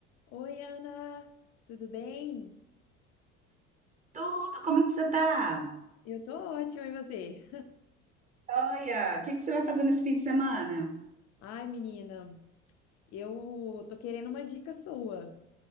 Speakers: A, on the left (about 45°); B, on the right (about 20°).
A: Oi, Ana, tudo bem?
B: Tudo, como é que você tá?
A: Eu tô ótima, e você?
B: Olha, o que que você vai fazer nesse fim de semana?
A: Ai, menina, eu tô querendo uma dica sua.